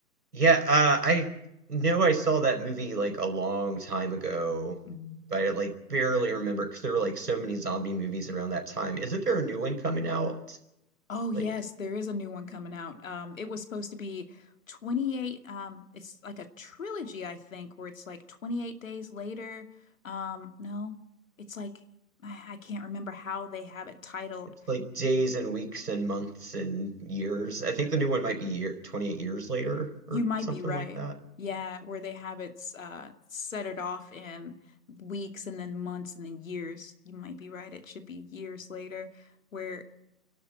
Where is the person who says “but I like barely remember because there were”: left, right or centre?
Right